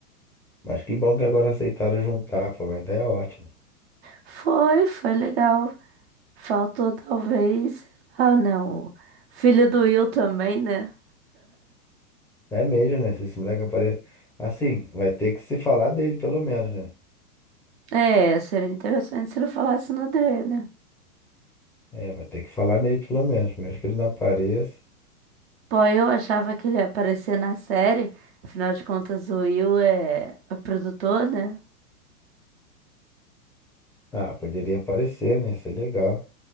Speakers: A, in the centre; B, on the right.
A: Mas que bom que agora aceitaram juntar, foi uma ideia ótima.
B: Foi, foi legal. Faltou talvez, sei lá, né? O filho do Will também, né?
A: É mesmo, né? Se esse moleque aparecer. Assim, vai ter que se falar dele, pelo menos, né?
B: É, seria interessante se ele falasse no Dre, né?
A: É, vai ter que falar nele pelo menos, mesmo que ele não apareça.
B: Pô, eu achava que ele ia aparecer na série. Afinal de contas, o Will é o produtor, né?
A: Ah, poderia aparecer, né? Isso é legal.